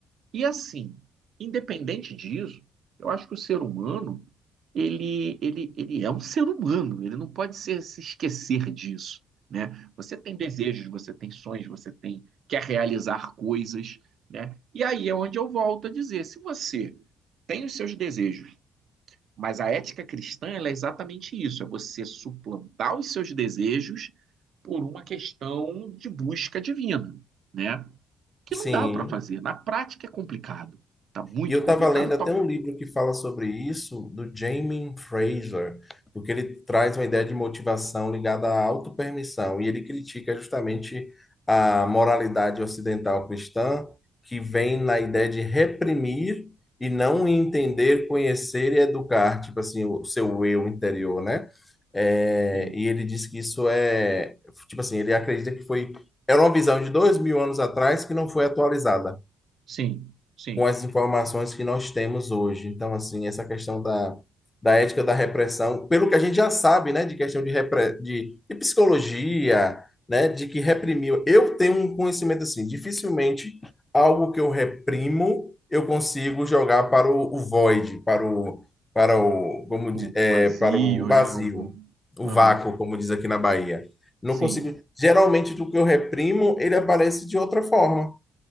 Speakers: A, on the right; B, on the left.
A: E assim, independente disso, eu acho que o ser humano, ele, ele, ele é um ser humano, ele não pode ser- se esquecer disso, né? Você tem desejos, você tem sonhos, você tem quer realizar coisas, né? E aí é onde eu volto a dizer, se você tem os seus desejos, mas a ética cristã, ela é exatamente isso, é você suplantar os seus desejos por uma questão de busca divina, né? que
B: sim.
A: não dá para fazer. Na prática é complicado. Tá muito
B: E eu
A: complicado.
B: estava lendo até
A: Tá...
B: um livro que fala sobre isso, do Jamie Fraser, porque ele traz uma ideia de motivação ligada à autopermissão, e ele critica justamente a moralidade ocidental cristã, que vem na ideia de reprimir e não entender, conhecer e educar, tipo assim, o seu eu interior, né? É,
A: Sim,
B: e ele diz que isso é, tipo assim, ele acredita que foi, era uma visão de dois mil anos atrás que não foi atualizada
A: sim, sim.
B: com as informações que nós temos hoje. Então, assim, essa questão da, da ética da repressão, pelo que a gente já sabe, né, de questão de, repre, de, de psicologia, né, de que reprimiu. Eu tenho um conhecimento assim, dificilmente algo que eu reprimo eu consigo jogar para o, o void, para o, para o, como,
A: Um
B: di- é,
A: vazio,
B: para o vazio,
A: né? Algum...
B: o
A: Aham.
B: vácuo, como diz aqui na Bahia. Não
A: Sim,
B: consigo. Geralmente, do que eu reprimo, ele aparece de outra forma.